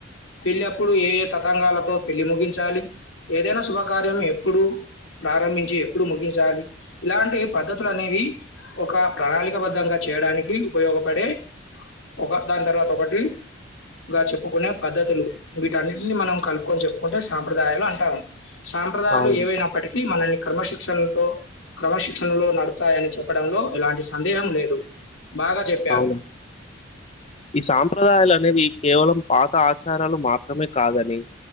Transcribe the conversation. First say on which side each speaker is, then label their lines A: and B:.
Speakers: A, on the left; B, on the left.
A: పెళ్లిప్పుడు ఏ ఏ తతంగాలతో పెళ్లి ముగించాలి ఏదైనా శుభకార్యం ఎప్పుడు. ప్రారంభించి ఎప్పుడు ముగించాలి ఇలాంటి పద్ధతులు అనేవి. ఒక ప్రణాళిక బద్ధంగా చేయడానికి ఉపయోగపడే. ఒక దాని తర్వాత ఒకటి. గా చెప్పుకునే పద్ధతులు వీటి అన్నిటిని మనం కలుపుకొని చెప్పుకుంటే సాంప్రదాయాలు అంటాం. సాంప్రదాయాలు
B: అవును.
A: ఏవైనప్పటికీ మనల్ని క్రమశిక్షణలతో క్రమశిక్షణలో నడుపూతాయని చెప్పా. పడాంలో ఎలాంటి సందేహం లేదు బాగా చెప్ప.
B: అవును. ఈ సాంప్రదాయాలు అనేవి కేవలం పాత ఆచారాలు మాత్రమే కాదనీ.